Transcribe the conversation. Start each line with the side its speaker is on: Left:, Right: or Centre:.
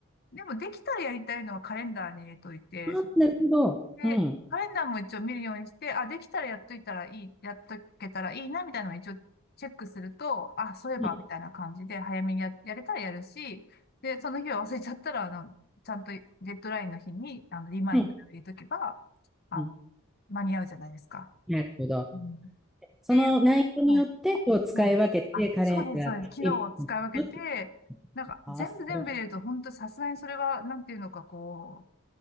Left: でもできたらやりたいのはカレンダーに入れといて、
Centre: あ、なるほど。
Left: で、
Centre: うん。
Left: カレンダーも一応見るようにして、あ、できたらやっといたらいい、やっとけたらいいな、みたいなのを一応チェックすると、あ、そういえば、
Centre: うん。
Left: みたいな感じで、早めにや、やれたらやるし、で、その日は忘れちゃったら、あの、ちゃんとデッドラインの日に、あの、リマインダー入れとけば、
Centre: うん。
Left: あの、
Centre: うん
Left: 間に合うじゃないですか。
Centre: なるほど。
Left: うん。っ
Centre: その内容によって、
Left: ていう、はい、
Centre: こう、使い分けて、
Left: はい。あ、
Centre: カレンダーとテレビに行くって、
Left: そうです、そうです。機能を使い分けて、なんか、
Centre: あ、
Left: 全部全部入れると、
Centre: 焦らし
Left: 本当さすがにそれは、なんていうのか、こ